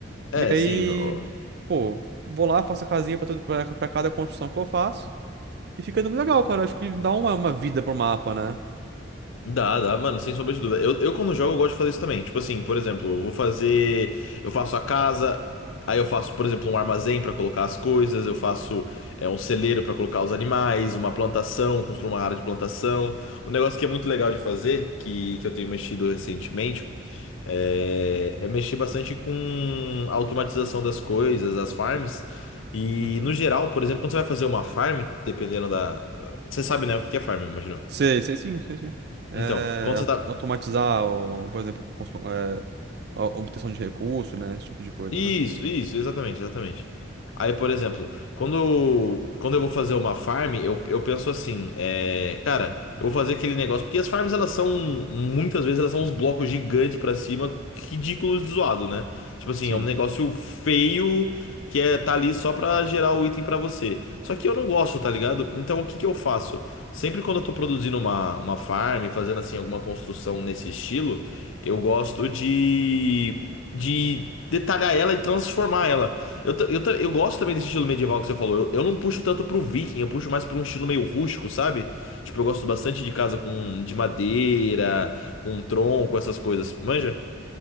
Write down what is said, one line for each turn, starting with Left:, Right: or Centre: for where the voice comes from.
Left: É,
Right: E aí,
Left: sim, ó.
Right: pô, vou lá, faço a casinha pra, tudo, pra, pra cada construção que eu faço. E fica dando legal, cara. Acho que dá uma, uma vida pro mapa, né?
Left: Dá, dá, mano, sem sombra de dúvida. Eu, eu quando jogo, eu gosto de fazer isso também. Tipo assim, por exemplo, eu vou fazer. Eu faço a casa, aí eu faço, por exemplo, um armazém pra colocar as coisas, eu faço é, um celeiro pra colocar os animais, uma plantação, construo uma área de plantação. Um negócio que é muito legal de fazer, que, que eu tenho mexido recentemente, é, é mexer bastante com a automatização das coisas, as farms. E
Right: Uhum.
Left: no geral, por exemplo, quando você vai fazer uma farm, dependendo da. Você sabe, né, o que que é farm, imagino.
Right: Sei, sei sim, sei sim. É,
Left: Então, quando você tá.
Right: automatizar, o, por exemplo, a constru- é, a obtenção de recurso, né? Esse tipo de coisa,
Left: Isso,
Right: né?
Left: isso, exatamente, exatamente. Aí, por exemplo, quando, quando eu vou fazer uma farm, eu, eu penso assim, é, cara, eu vou fazer aquele negócio, porque as farms, elas são, muitas vezes, elas são uns blocos gigantes pra cima, ridículos de zoado, né? Tipo assim,
Right: Sim.
Left: é um negócio feio que é, tá ali só pra gerar o item pra você. Só que eu não gosto, tá ligado? Então, o que que eu faço? Sempre quando eu tô produzindo uma, uma farm, fazendo assim, alguma construção nesse estilo, eu gosto de de detalhar ela e transformar ela. Eu, ta- eu, ta- eu gosto também desse estilo medieval que você falou. Eu, eu não puxo tanto pro viking, eu puxo mais pra um estilo meio rústico, sabe? Tipo, eu gosto bastante de casa com de madeira, com tronco, essas coisas. Manja?